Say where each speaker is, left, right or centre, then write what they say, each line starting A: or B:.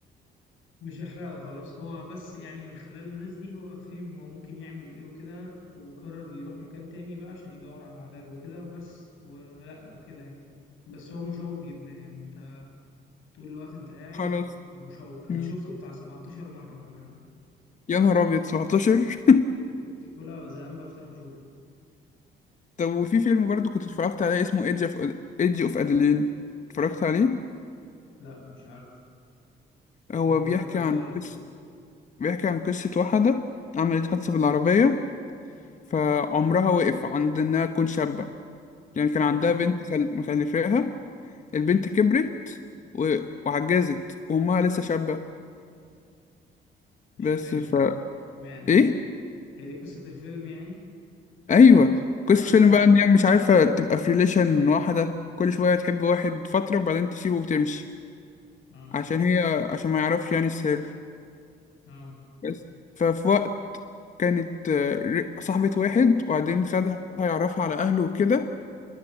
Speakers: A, on the left; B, on the left.
A: مش هحرقه خلاص هو بس يعني من خلال الناس دي هو فهم هو ممكن يعمل ايه وكده وقرر يروح مكان تاني بقى عشان يدور على علاج وكده وبس ولقى وكده يعني بس هو مشوق جدا يعني انت طول الوقت انت قاعد
B: خلاص
A: ومشوق انا
B: مم.
A: شفته بتاع 17 مرة ولا حاجة.
B: يا نهار ابيض 17
A: كنت كل زمان بفتحه اشوفه
B: <laughs> طب وفي فيلم برضو كنت اتفرجت عليه اسمه ايدج اوف ايدج اوف ادلين اتفرجت عليه
A: لا مش عارف
B: هو
A: ده رومانسي
B: بيحكي عن
A: ده ولا
B: قصه
A: ايه
B: بيحكي عن قصه واحده عملت حادثه بالعربيه فعمرها وقف عند إنها تكون شابة يعني كان
A: اه
B: عندها بنت خل- مخلفاها البنت كبرت و... وعجزت وأمها لسه شابة
A: مش
B: بس
A: فاهم
B: فا
A: معنى
B: إيه؟
A: يعني هي دي قصة الفيلم يعني
B: أيوه
A: أو
B: قصة
A: حاجة
B: الفيلم
A: غير
B: بقى إن هي مش عارفة تبقى في ريليشن واحدة كل شوية تحب واحد فترة وبعدين تسيبه وتمشي
A: اه
B: عشان هي عشان ما يعرفش يعني السر
A: اه
B: بس ففي وقت كانت آه، ر- صاحبة واحد وبعدين خدها يعرفها على أهله وكده